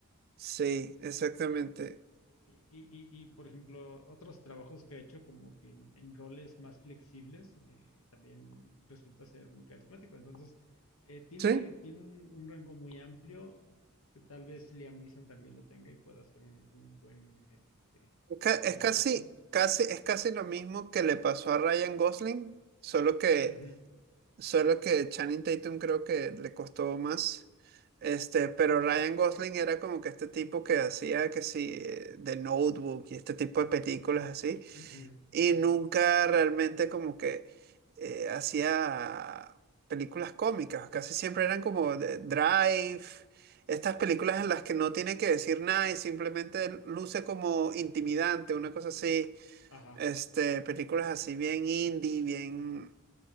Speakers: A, on the right (about 45°); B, on the left (about 70°).
A: Sí, exactamente.
B: Y, y, y, y, por ejemplo, otros trabajos que ha hecho como que en, en roles más flexibles, eh, también resulta ser muy carismático. Entonces, eh, tiene,
A: Sí,
B: tiene un, un rango muy amplio, que tal vez Liam Neeson también lo tenga y pueda hacer un, un buen este,
A: es, ca-
B: eh,
A: es
B: Naked
A: casi,
B: Gun.
A: casi, es casi lo mismo que le pasó a Ryan Gosling, solo que,
B: Ujú,
A: solo que Channing Tatum creo que le costó más. Este, pero Ryan Gosling era como que este tipo que hacía que sí, eh, The Notebook y este tipo de películas así.
B: ujú,
A: Y nunca realmente como que eh, hacía películas cómicas, casi siempre eran como de- Drive, estas películas en las que no tiene que decir nada y simplemente luce como intimidante, una cosa así,
B: Ajá,
A: este, películas así bien indie, bien,